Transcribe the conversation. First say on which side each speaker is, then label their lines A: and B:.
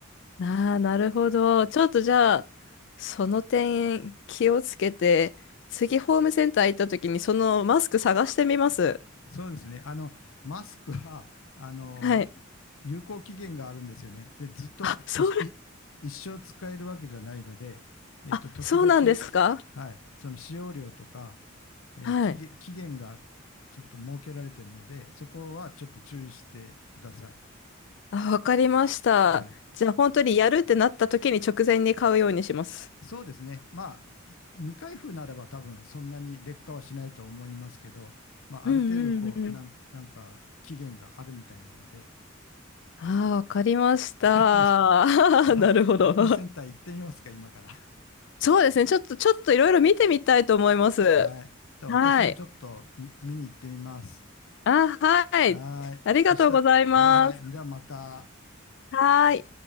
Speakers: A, on the left; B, on the left.
A: ああ、なるほど。ちょっとじゃあ、その点気をつけて、次ホームセンター行った時にそのマスク探してみます。
B: そうですね、あの、マスクは、あの、
A: はい。
B: 有効期限があるんですよね。で、ずっといい一生使えるわけじゃないので、
A: あ、そう、
B: えっと、
A: あ、
B: 時々、
A: そうなんですか
B: はい、その使用量とか、えー期限、
A: はい。
B: 期限がちょっと設けられているので、そこはちょっと注意してください。
A: あ、わかりました。
B: はい。
A: じゃあ本当にやるってなった時に直前に買うようにします。
B: そうですね。まあ、未開封ならば多分そんなに劣化はしないと思いますけど、まあ、
A: うんうんうん。
B: ある程度こう、なん、なんか期限があるみたいなので、
A: ああ、わかりました。
B: <laughs>
A: <laughs>
B: じゃあ、
A: なるほど。
B: ホームセンター行ってみますか、今から。
A: <laughs> そうですね。ちょっと、ちょっといろいろ見てみたいと思います。
B: はい。では私もちょっと見、
A: はい。
B: 見に行ってみます。
A: あ、はい。
B: はい。
A: ありがとうございます。
B: そしたら、はいはい。じゃあまた。
A: はい。